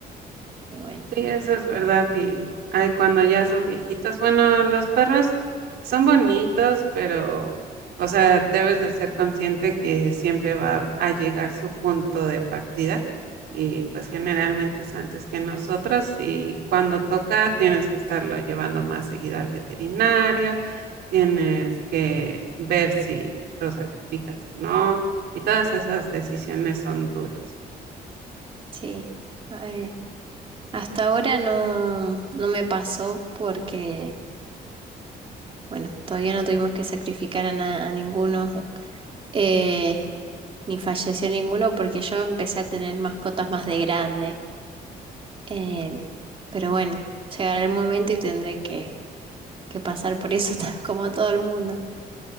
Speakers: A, on the right; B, on the right.
A: Y bueno,
B: Sí, eso es verdad. Y ay, cuando ya son viejitos, bueno, los perros son bonitos, pero, o sea, debes de ser consciente que siempre va a llegar su punto de partida y pues generalmente es antes que nosotros y cuando toca tienes que estarlo llevando más seguido al veterinario, tienes que ver si lo sacrificas o no y todas esas decisiones son duras.
A: sí. Eh, hasta ahora no, no me pasó porque, bueno, todavía no tuvimos que sacrificar a, na- a ninguno Eh, ni falleció ninguno porque yo empecé a tener mascotas más de grande. Eh, pero bueno, llegará el momento y tendré que, que pasar por eso <laughs> ta- como todo el mundo.